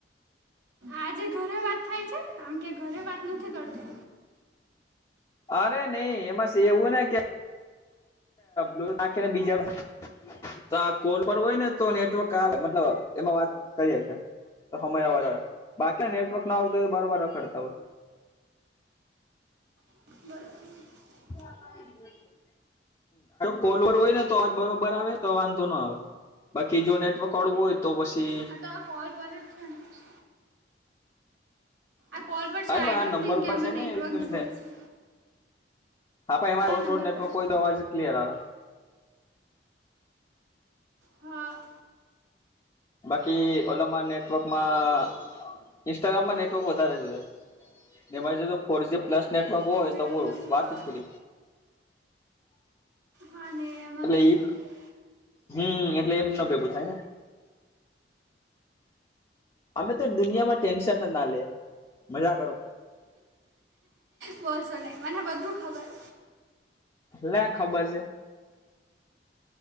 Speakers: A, on the right; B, on the left.
A: આજે ઘરે વાત થાય છે આમ કે ઘરે વાત નથી કરતો.
B: અરે નહીં એમાં એવું ને કે. લો નાખીને બીજા તો આ કૉલ પર હોય ને તો નેટવર્ક આવે મતલબ એમાં વાત કરીએ કે. તો અવાજ આવે, બાકી નેટવર્ક ના આવતો હોય બરોબર રખડતા હોય.
A: બરાબર.
B: <unintelligible> કૉલર હોય ને તો જ બરાબર આવે તો વાંધો ન આવે. બાકી જો નેટવર્ક વાળું હોય તો પછી.
A: હા તો આપડા સારું ને? આ કોલ પર છે
B: હરે
A: આઈ ડોન્ટ
B: નંબર
A: થિંક
B: ઉપર
A: કે આમાં
B: છે ને
A: નેટવર્ક
B: એ રીતનું.
A: જોઈ છે
B: હા પણ એમાં થડું
A: નંબર
B: થોડું નેટવર્ક
A: પર
B: હોય
A: છે
B: તો અવાજ ક્લયર આવે.
A: હા.
B: બાકી ઓલામાં નેટવર્કમાં ઇન્સ્ટાગ્રામમાં નેટવર્ક વધારે જોએ. એમાં જો જો ફોરજી પ્લસ નેટવર્ક હોય
A: ઇન્સ્ટાગ્રામમાં
B: તો બોરું વાત
A: હા
B: જ થો.
A: હા ને એમાં
B: એટલે
A: તો જોયએ.
B: ઈ હમ એટલે એમ ન ભેગું થાય ને. અમે તો દુનિયામાં ટેન્શન જ ના લેએ, મજા કરો.
A: બોસો નને મને બધું ખબર.
B: લ ખબર છે.